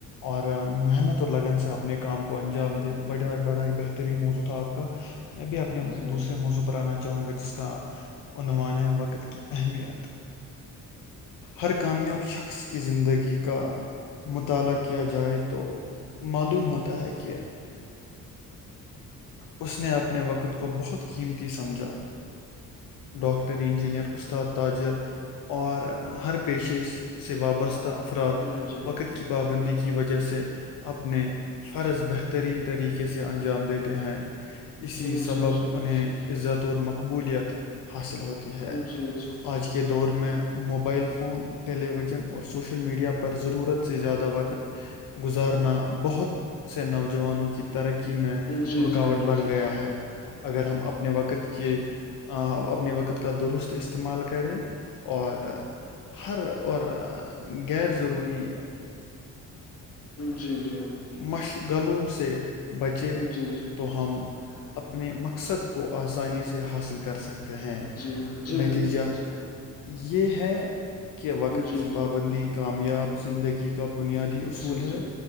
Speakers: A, on the left; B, on the left.
A: اور محنت اور لگن سے اپنے کام کو کو انجام دے
B: جی
A: بڑ بڑا ہی بہترین موضوع تھا آپ کا میں بھی اپنے
B: جی
A: دوسرے موضوع پراننا چاہوں گا جس کا عنوان ہے وقت کی اہمیت ہر کامیاب شخص کی زندگی کا مطالعہ کیا جائے تو معلوم ہوتا ہے کہ اس نے اپنے وقت کو بہت قیمتی سمجھا ڈاکٹر انجینر استاد تاجر اور ہر پیشے سے وابستہ افراد
B: جی جی
A: وقت کی پابندی کی وجہ سے اپنے فرض بہترین طریقے سے انجام دیتے ہیں اسی
B: جی
A: سبب
B: جی جی
A: انہیں عزت اور مقبولیت حاصل ہوتی ہے
B: جی جی
A: آج کی کے دور میں موبائل فون ٹیلی ویژن اور سوشل میڈیا پر ضرورت سے زیادہ وقت گزارنا بہت سے نوجوانوں کی ترقی میں
B: جی
A: رکاوٹ
B: جی
A: بن گیا ہے اگر ہم اپنے وقت وقت کے اپنے وقت کا درست استعمال کریں اور ہر اور غیرضروری
B: جی جی
A: مشغلوں سے بچے
B: جی جی
A: تو ہم اپنے مقصد کو آسانی سے حاصل کر سکتے ہیں ہیں
B: جی جی
A: نتیجہ
B: بل
A: یہ ہے کہ وقت
B: جی
A: کی
B: جی
A: پابندی
B: جی
A: کامیاب زندگی کا بنیادی اصول
B: جی جی
A: ہے